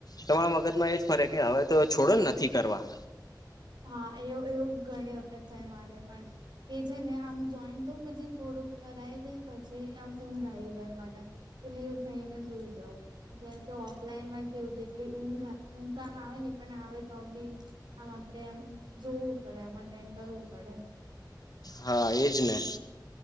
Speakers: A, on the left; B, on the right.
A: તમારા મગજમાં એજ ફરે કે હવે, એવા છોડ જ નથી. કરવા
B: હા એવુ એવું ઘણી વખત થાય મારે પણ કે છે ને આમ જોઈન થવ પછી થોડુંક કરાય દે પછી આમ ઊંઘ આવી જાય મને તો લીવ થઈને સુઈ જવ જેમ કે ઓફલાઈનમાં કેવું જેટલી ઊંઘ ઊંઘ તો આમ આવે ને પણ આવે તો બી આમ આપડે એમ જોવું પડે એમ અટેન્ડ કરવું પડે.
A: હા એજ ને